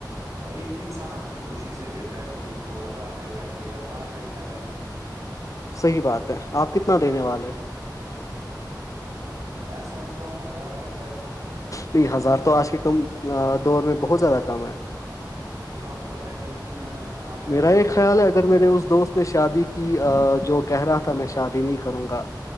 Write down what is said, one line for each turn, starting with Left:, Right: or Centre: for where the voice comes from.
Right: اور یہ بھی انسان آپ کی خوشی سے دیتا ہے کوئی دو ہزار دیتا ہے کوئی ہزار دیتا ہے
Left: صحیح بات ہے آپ کتنا دینے والے
Right: میں سوچ رہا ہوں ہزار تک کر لوں
Left: نہیں ہزار تو آج کے کم دور میں بہت زیادہ کم ہے
Right: جی کام تو ہے لیکن آپ <unintelligible>
Left: میرا یہ خیال ہے اگر میرے اس دوست نے شادی کہ جو کہہ رہا تھا میں شادی نہیں کروں گا